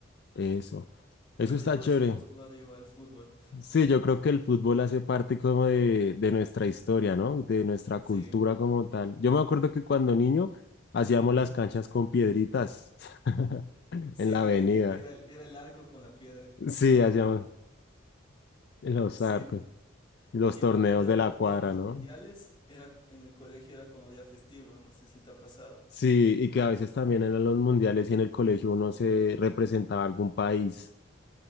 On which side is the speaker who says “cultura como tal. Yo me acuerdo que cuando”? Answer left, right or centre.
Left